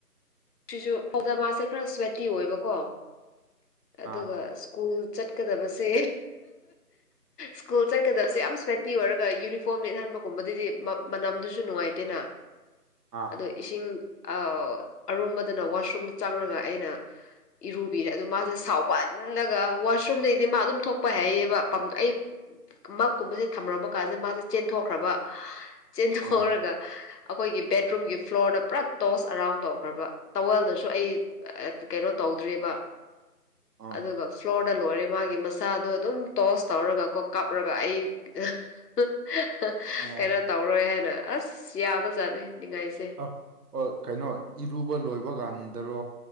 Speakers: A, on the left; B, on the right.
A: ꯁꯤꯁꯨ ꯐꯧꯗ ꯃꯥꯁꯦ ꯈꯔ ꯁ꯭ꯋꯦꯇꯤ ꯑꯣꯏꯕꯀꯣ ꯑꯗꯨꯒ
B: ꯑꯥ
A: ꯁ꯭ꯀꯨꯜ ꯆꯠꯀꯥꯗꯕꯁꯦ ꯁ꯭ꯀꯨꯜ ꯆꯠꯀꯥꯗꯕꯁꯦ ꯌꯥꯝ ꯁ꯭ꯋꯦꯇꯤ ꯑꯣꯏꯔꯒ ꯌꯨꯅꯤꯐꯣꯔꯝ ꯂꯤꯠꯍꯟꯕ ꯒꯨꯨꯝꯕꯗꯨꯗꯤ ꯃꯥ ꯃꯅꯝꯗꯨꯁꯨ ꯅꯨꯡꯉꯥꯏꯇꯦꯅ
B: ꯑꯥ
A: ꯑꯗꯣ ꯏꯁꯤꯡ ꯑꯥ ꯑꯔꯨꯝꯕꯗꯨꯅ ꯋꯥꯁꯔꯨꯝꯗ ꯆꯪꯔꯒ ꯑꯩꯅ ꯏꯔꯨꯕꯤꯔꯦ ꯑꯗꯨ ꯃꯥꯖꯦ ꯁꯥꯎꯕꯟꯂꯒ ꯋꯥꯁꯔꯨꯝꯗꯩꯗꯤ ꯃꯥ ꯑꯗꯨꯝ ꯊꯣꯛꯄ ꯍꯥꯏꯌꯦꯕ ꯄꯝ ꯑꯩ ꯃꯛꯀꯨꯝꯕꯖꯦ ꯊꯝꯔꯝꯕ ꯀꯥꯟꯖꯤꯗ ꯃꯥꯖꯦ ꯆꯦꯟꯊꯣꯛꯈ꯭ꯔꯥꯕ ꯆꯦꯟꯊꯣꯛꯔꯥꯒ
B: ꯑꯥ
A: ꯑꯩꯈꯣꯏꯒꯤ ꯕꯦꯗꯔꯨꯝꯒꯤ ꯐ꯭ꯂꯣꯔꯗ ꯄꯨꯔꯥ ꯇꯣꯁ ꯑꯔꯥꯎꯟ ꯗꯧ ꯈ꯭ꯔꯥꯕ ꯇꯋꯦꯜꯗꯁꯨ ꯑꯩ ꯀꯩꯅꯣ ꯇꯧꯗ꯭ꯔꯤꯑꯕ
B: ꯑꯥ
A: ꯑꯗꯨꯒ ꯐ꯭ꯂꯣꯔꯗ ꯂꯣꯏꯔꯦ ꯃꯥꯒꯤ ꯃꯁꯥꯗꯣ ꯑꯗꯨꯝ ꯇꯣꯁ ꯇꯧꯔꯒ ꯀꯣ ꯀꯥꯞꯔꯒ ꯑꯩ <unintelligible>
B: ꯑꯣ
A: ꯀꯩꯅꯣ ꯇꯧꯔꯣꯏ ꯍꯥꯏꯅ ꯑꯁ ꯌꯥꯕꯖꯥꯠꯅꯤ ꯅꯤꯡꯉꯥꯏꯁꯦ
B: ꯑꯣ ꯀꯩꯅꯣ ꯏꯔꯨꯕ ꯂꯣꯏꯕ ꯒꯥꯟꯗꯔꯣ